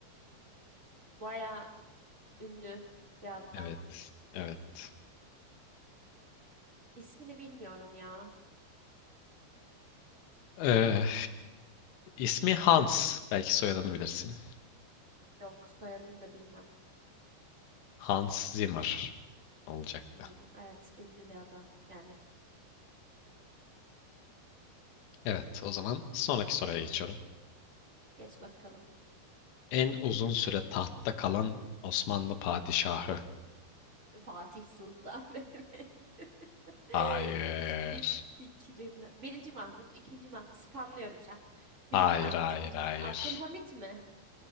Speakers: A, on the right (about 20°); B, on the left (about 80°).
A: Baya ünlü bir adam.
B: Evet. Evet.
A: İsmini bilmiyorum ya.
B: E, ismi Hans. Belki soyadını bilirsin.
A: Yok soyadını da bilmem.
B: Hans Zimmer olacaktı.
A: Hmm, evet ünlü bir adam yani.
B: Evet, o zaman sonraki soruya geçiyorum.
A: Geç bakalım.
B: En uzun süre tahtta kalan Osmanlı padişahı.
A: Fatih Sultan Mehmet. <laughs>
B: Hayır.
A: Hiçbir fikrim yok. Birinci Mahmut, ikinci Mahmut. Spamlıyorum şu an. Birinci
B: Hayır,
A: Mahmut,
B: hayır,
A: ikinci...
B: hayır.
A: Abdülhamit mi?